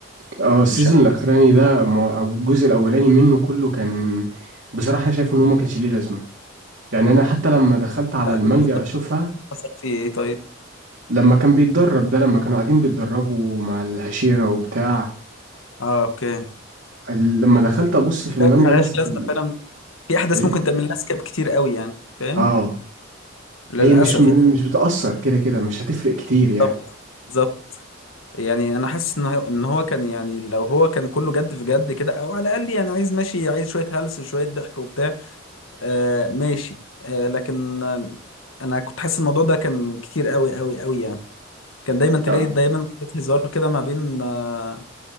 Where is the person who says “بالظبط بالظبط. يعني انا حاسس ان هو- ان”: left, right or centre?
Left